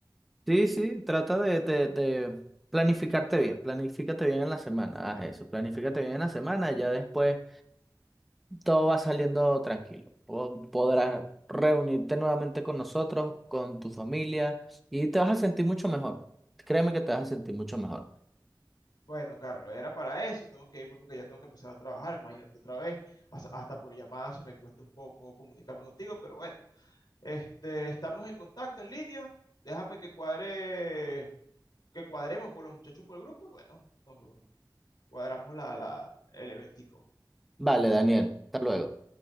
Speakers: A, in the centre; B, on the left (about 65°).
A: Sí, sí, trata de, de, de planificarte bien, planifícate bien en la semana, haz eso, planifícate bien en la semana, ya después todo va saliendo tranquilo. Po- Podrás reunirte nuevamente con nosotros, con tu familia y te vas a sentir mucho mejor. Créeme que te vas a sentir mucho mejor.
B: Bueno, Carlos, era para eso. Tengo que irme porque ya tengo que empezar a trabajar. Imagínate otra vez. Hasta, hasta por llamadas me cuesta un poco comunicarme contigo, pero bueno, Este, estamos en contacto en línea. Déjame que cuadre, que cuadremos por los muchachos por el grupo y bueno, nos cuadramos la, la, el eventico.
A: Vale, Daniel, hasta luego.